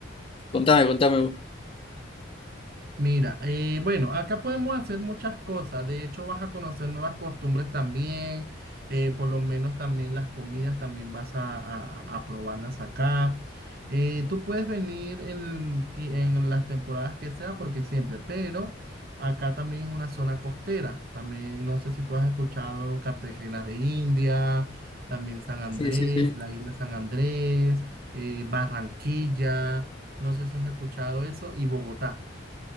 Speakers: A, on the left; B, on the right.
A: contame, contame.
B: Mira, eh, bueno, acá podemos hacer muchas cosas. De hecho, vas a conocer nuevas costumbres también. eh, por lo menos también las comidas también vas a, a- a probarlas acá. Eh, tú puedes venir en, ti- en las temporadas que sea, porque siempre, pero acá también es una zona costera. También no sé si tú has escuchado Cartagena de India, también San Andrés,
A: Sí, sí, sí.
B: la isla San Andrés, eh, Barranquilla. No sé si has escuchado eso y Bogotá.